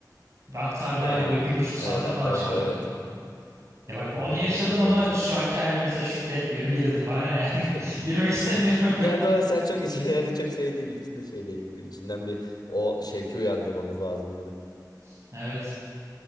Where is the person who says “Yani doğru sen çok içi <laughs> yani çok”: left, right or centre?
Left